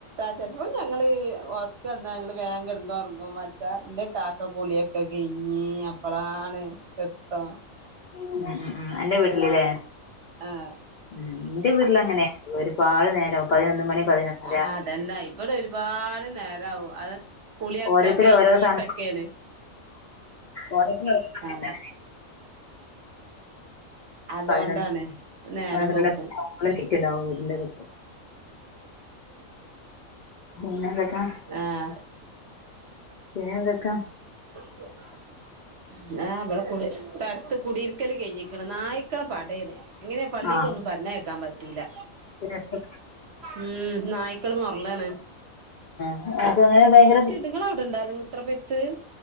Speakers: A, on the right; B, on the left.
A: ചിലപ്പോം ഞങ്ങള് ഒർക്ക് വന്നാ ഞങ്ങള് വേഗം കിടന്നുറങ്ങും മറ്റ എന്റെ കാക്ക കൂളിയൊക്കെ കഴിഞ്ഞ് നീ അപ്പളാണ് കൃത്തം
B: ഉം ഉം ഉം എന്റെ വീട്ടിലില്ലേ
A: ആഹ്
B: ഉം എന്റെ വീട്ടില് അങ്ങനെണ് ഒരുപാട് നേരം പതിനൊന്ന് മണി പതിനൊന്നര
A: ആ അതെന്നെ ബടെ ഒരുപാട് നേരാവും അത് കുളിയക്കാ
B: ഓരോരുത്തര്
A: കഴഞ്ഞിട്ടൊക്കോണ്
B: ഓരോ സമയ ഓരോരുത്തര് ഓരോ സമയത്താണ്
A: ആ അതുകൊണ്ടാണ്
B: പതിനൊന്ന്
A: നേരം
B: പന്ത്രണ്ട്
A: പോവും
B: മണി ലേറ്റ് ഉണ്ടാവും വീട്ടില് വീട്ടിൽ പിന്നെന്തൊക്കാ
A: ആഹ്
B: പിനെന്തൊക്കാ
A: ആ പിന്നെയാ നമ്മള് കുളി ഇപ്പ അടുത്ത് കുടിയിരിക്കല്ല് കഴിഞ്ഞികണാ നയിക്കളെ പടേന് ഇങ്ങനെ പള്ളിക്കകൊന്നും
B: ആഹ്
A: പറഞ്ഞേക്കാൻ പ പറ്റൂല്ല
B: <unintelligible>
A: ഉം നായ്ക്കള് മൊർളാണ്
B: ആ പ്പൊങ്ങനെ ഭയങ്കര
A: ഇങ്ങളെ അവിടെ ഇണ്ടോ ഇത്ര പെരുത്ത്